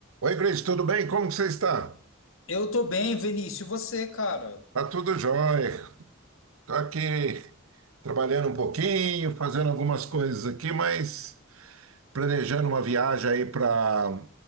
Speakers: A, on the right (about 75°); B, on the left (about 70°).
A: Oi, Cris, tudo bem? Como que você está?
B: Eu tô bem, Vinícius. E você, cara?
A: Tá tudo jóia. Tô aqui trabalhando um pouquinho, fazendo algumas coisas aqui, mas planejando uma viagem aí para...